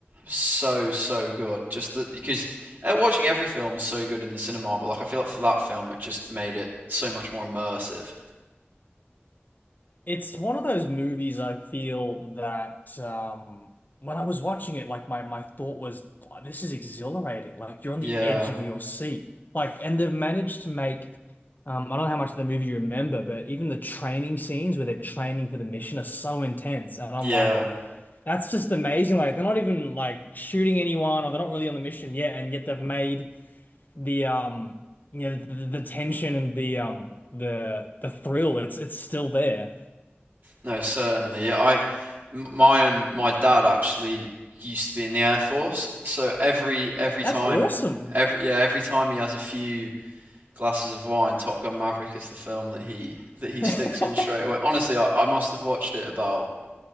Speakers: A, on the right; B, on the left.
A: So so good. Just the, because uh, watching every film is so good in the cinema, but like I feel like for that film, it just made it so much more immersive.
B: It's one of those movies I feel that um, when I was watching it, like my, my thought was, "Wow, this is exhilarating. Like you're on
A: Yeah.
B: the edge of your seat. Like, and they've managed to make, um, I don't know how much of the movie you remember, but even the training scenes where they're training for the mission are so intense. And I'm
A: Yeah.
B: like, that's just amazing. Like they're not even like shooting anyone or they're not really on the mission yet, and yet they've made the um you know the, the tension and the um the the thrill, it's it's still there.
A: No, certainly. Yeah, I m- my um, my dad actually used to be in the Air Force, so every every time
B: That's awesome.
A: every yeah every time he has a few glasses of wine. Top Gun Maverick is the film that he that he
B: <laughs>
A: sticks on straight away. Honestly, I, I must have watched it about